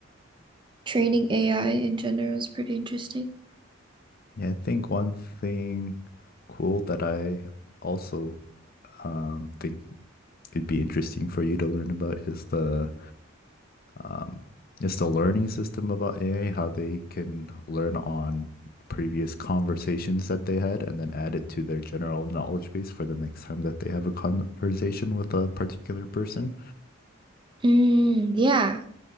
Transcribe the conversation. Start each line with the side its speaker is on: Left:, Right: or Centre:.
Right: training AI in general is pretty interesting.
Left: Yeah, I think one thing cool that I also um, think it'd be interesting for you to learn about is the um, is the learning system about AI, how they can learn on previous conversations that they had and then add it to their general knowledge base for the next time that they have a conversation with a particular person.
Right: Mm, yeah.